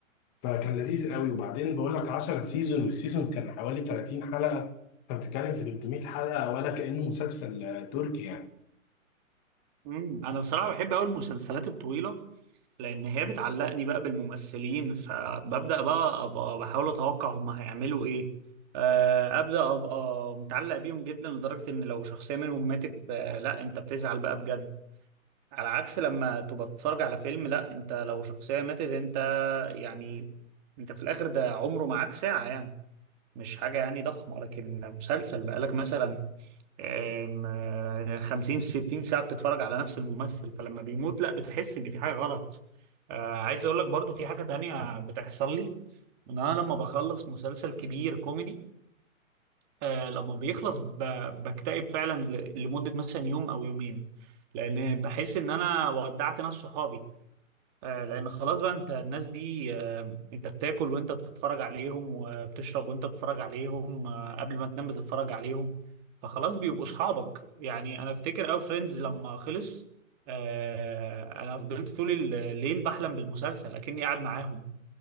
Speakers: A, on the left; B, on the right.
A: فكان لذيذ قوي وبعدين بقول لك 10 سيزون والسيزون كان حوالي 30 حلقة فبتتكلم في 300 حلقة ولا كأنه مسلسل آه، تركي يعني
B: مم. انا بصراحة بحب قوي المسلسلات الطويلة لان هي بتعلقني بقى بالممثلين فببدا بقى ابقى بحاول اتوقع هم هيعملوا ايه آه، ابدا ابقى متعلق بيهم جدا لدرجه ان لو شخصيه منهم ماتت آه، لا انت بتزعل بقى بجد على عكس لما تبقى بتتفرج على فيلم لا انت لو شخصيه ماتت انت يعني انت في الاخر ده عمره معاك ساعه يعني مش حاجه يعني ضخمه لكن مسلسل بقالك مثلا آم، 50 60 ساعة بتتفرج على نفس الممثل فلما بيموت لا بتحس ان في حاجة غلط آه، عايز اقول لك برضو في حاجة تانية بتحصل لي ان انا لما بخلص مسلسل كبير كوميدي آه لما بيخلص ب- بكتئب فعلا ل- لمدة مثلا يوم او يومين لان بحس ان انا ودعت ناس صحابي آه، لان خلاص بقى انت الناس دي آه، انت بتاكل وانت بتتفرج عليهم وبتشرب وانت بتتفرج عليهم آه، قبل ما تنام بتتفرج عليهم فخلاص بيبقوا اصحابك يعني انا افتكر اوي فريندز لما خلص آه، انا فضلت طول الليل بحلم بالمسلسل اكني قاعد معاهم